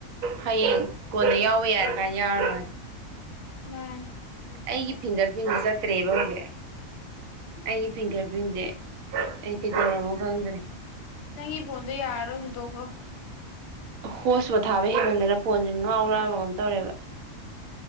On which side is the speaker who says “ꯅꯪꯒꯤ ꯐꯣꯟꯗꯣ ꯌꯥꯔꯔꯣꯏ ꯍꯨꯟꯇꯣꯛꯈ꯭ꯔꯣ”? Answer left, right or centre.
Left